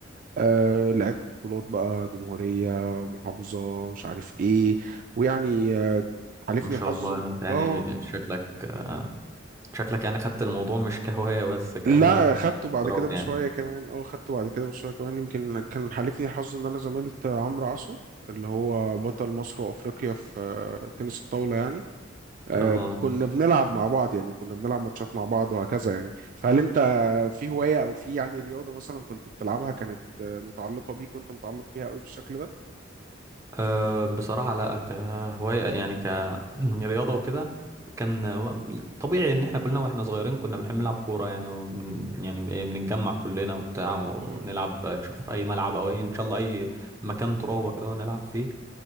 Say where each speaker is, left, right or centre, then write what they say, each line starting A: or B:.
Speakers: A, on the right (about 45°); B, on the right (about 15°).
A: آه، لعبت بطولات بقى جمهورية محافظة مش عارف إيه ويعني آه، حالفني
B: ما شاء
A: الحظ
B: الله
A: إن-
B: أنت يعني
A: اه
B: شكلك أه شكلك يعني خدت الموضوع مش كهواية بس
A: لا خدته
B: كاحتراف
A: بعد كده بشوية
B: يعني
A: كمان اه خدته بعد كده بشوية كمان يمكن كان حالفني الحظ إن أنا زميلت عمرو عصر اللي هو بطل مصر وأفريقيا في آه، تنس الطاولة يعني آه،
B: اه
A: كنا بنلعب مع بعض يعني كنا بنلعب ماتشات مع بعض وهكذا يعني فهل انت في هواية او في يعني رياضة مثلا كنت بتلعبها كانت آه، متعلقة بيك وانت متعلق بيها قوي بالشكل ده؟
B: أه بصراحة لا كهواية يعني كرياضة <clears throat> وكده كان و- طبيعي ان احنا كلنا واحنا صغيرين كنا بنحب نلعب كورة يعني وبن يعني إيه بنتجمع كلنا وبتاع ونلعب
A: مم،
B: تشوف في اي ملعب او اي ان شاء الله اي مكان ترابة كده ونلعب فيه